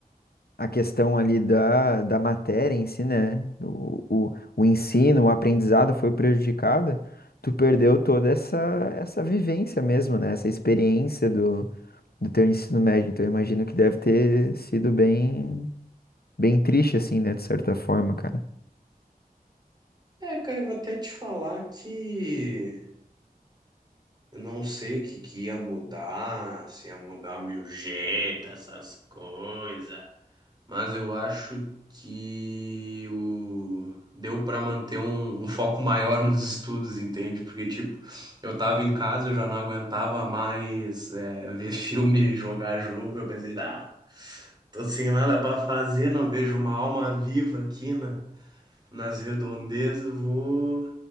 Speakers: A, on the left; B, on the right.
A: a questão ali da, da matéria em si, né? O, o, o ensino, o aprendizado foi prejudicado. Tu perdeu toda essa, essa vivência mesmo, né? Essa experiência do, do teu ensino médio. Então, eu imagino que deve ter sido bem. Bem triste, assim, né? De certa forma, cara.
B: É, cara, eu vou até te falar que. Eu não sei o que que ia mudar, se ia mudar o meu jeito, essas coisas. Mas eu acho que o... deu pra manter um, um foco maior nos estudos, entende? Porque, tipo, eu tava em casa, eu já não aguentava mais é, ver filme, jogar jogo. Eu pensei, ah, tô sem nada pra fazer, não vejo uma alma viva aqui, né? nas redondezas, vou